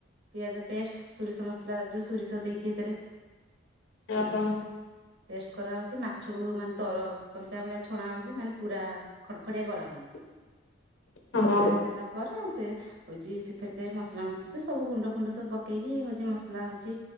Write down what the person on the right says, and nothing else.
ପିଆଜ ପେଷ୍ଟ ସୋରିଷ ମସଲା ଯୋଉ ସୋରିଷ ଦେଇକି ଏଥିରେ।
ପେଷ୍ଟ କରାହେଉଛି ମାଛକୁ ମାନେ ଦର କଞ୍ଚା ଭଳିଆ ଛଣାହେଉଛି ମାନେ ପୁରା ଖଡ଼ଖଡ଼ିଆ କରାହେଉନି।
ଛାଣି ସାରିଲା ପରେ ସେ ହଉଛି ସେଥିରେ ମସଲା ମସଲି ସବୁ ଗୁଣ୍ଡ ଫୁଣ୍ଡ ସବୁ ପକେଇକି ହଉଛି ମସଲା ହଉଛି।